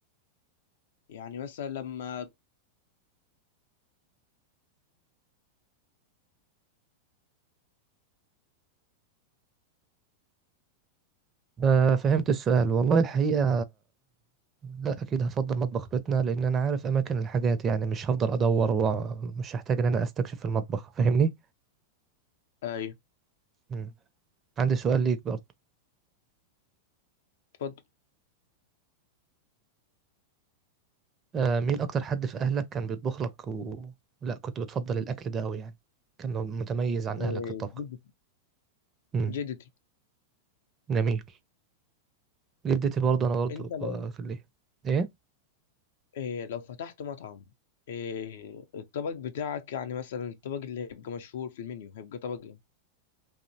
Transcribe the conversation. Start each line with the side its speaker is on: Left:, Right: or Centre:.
Left: يعني مثلا لما
Right: آه، فهمت السؤال والله الحقيقة لا أكيد هفضل مطبخ بيتنا لأن أنا عارف أماكن الحاجات يعني مش هفضل أدور ومش هحتاج إن أنا أستكشف في المطبخ فاهمني؟
Left: ايوه
Right: مم. عندي سؤال ليك برضه
Left: اتفضل
Right: آه، مين أكتر حد في أهلك كان بيطبخ لك و... لا كنت بتفضل الأكل ده أوي يعني كان متميز عن
Left: إيه،
Right: أهلك في الطبخ
Left: جدتي
Right: مم.
Left: جدتي
Right: جميل جدتي برضه أنا برضه
Left: انت لو
Right: آه، في الإيه؟ إيه؟
Left: إيه، لو فتحت مطعم إيه، الطبق بتاعك يعني مثلا الطبق اللي هيبقى مشهور في المنيو هيبقى طبق ايه